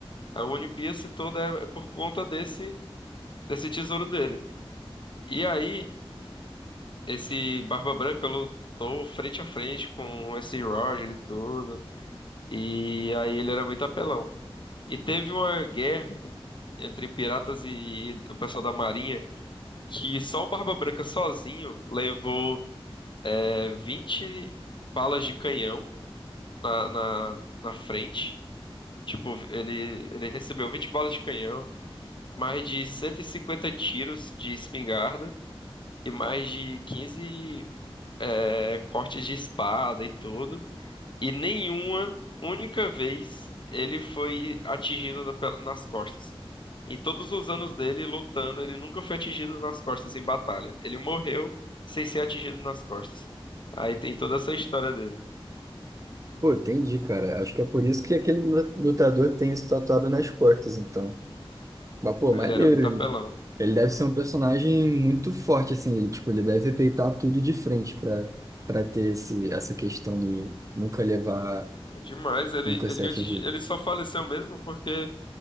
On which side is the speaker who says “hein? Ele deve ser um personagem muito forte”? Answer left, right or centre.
Right